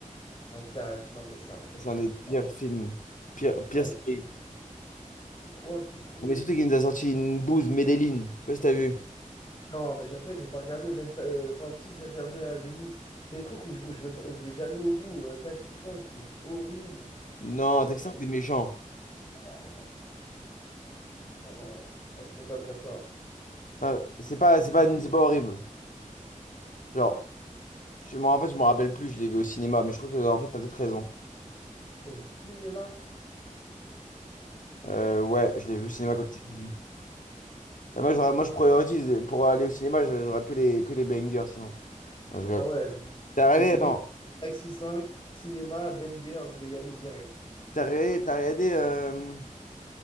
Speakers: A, on the left; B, on the left.
A: La cage. Non, mais ça, la cage.
B: C'est un des pires
A: Non,
B: films. Pire, pire
A: mais la...
B: série.
A: c'est quoi ce truc?
B: Mais surtout qu'il nous a sorti une bouse, Medellin. Je sais pas si t'as vu.
A: Non, mais j'ai- en fait, j'ai pas regardé. Même ta- euh, Enfin, si, j'ai regardé à demi. C'est des trucs où je, où je vais, pas- où je vais jamais au bout. Euh, Taxi 5, c'est horrible.
B: Non, t'es
A: Euh,
B: que ça, t'es méchant.
A: oh non. Oh non. Ah, tu peux pas me dire ça.
B: Non, c'est pas, c'est pas, c'est pas horrible. Genre, je, moi, en fait, je me rappelle plus, je l'ai vu au cinéma, mais je crois que, en fait, t'as peut-être raison.
A: Au cinéma?
B: Euh, ouais, je l'ai vu au cinéma quand il faisait. Bah, moi, je, moi, je priorise, pour aller au cinéma, je, je rate que les, que les bangers, sinon. Non, je rigole.
A: Ah ouais, donc
B: T'as regardé,
A: j'ai dit,
B: attends,
A: Taxi cinq, cinéma, banger, je vais y aller direct.
B: t'as regardé, t'as regardé euh,